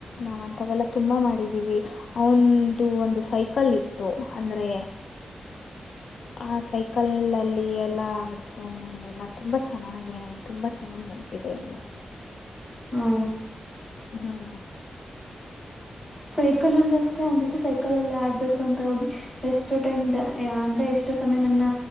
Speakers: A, on the left; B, in the centre.
A: ನಾವಂತವೆಲ್ಲಾ ತುಂಬಾ ಮಾಡಿದೀವಿ. ಅವಂದು ಒಂದು ಸೈಕಲ್ ಇತ್ತು ಅಂದ್ರೆ ಆ ಸೈಕಲ್ ಅಲ್ಲಿ ಎಲ್ಲಾ ಆಸೋನು ಎಲ್ಲ ತುಂಬಾ ಚೆನ್ನಾಗಿ ತುಂಬಾ ಚೆನ್ನಾಗ್ ನೆನಪಿದೆ ಇನ್ನು
B: ಹ್ಮ
A: ಹ್ಹ
B: ಸೈಕಲ್ಲ್ಲೂ ಅಷ್ಟೇ ಅವ್ ಜೊತೆ ಸೈಕಲ್ ಅಲ್ಲಿ ಆಡ್ಬೇಕು ಅಂತ ಹೋಗಿ ಎಷ್ಟು ಟೈಮ್ ದ ಅಂದ್ರೆ ಎಷ್ಟು ಸಮಯ ನನ್ನ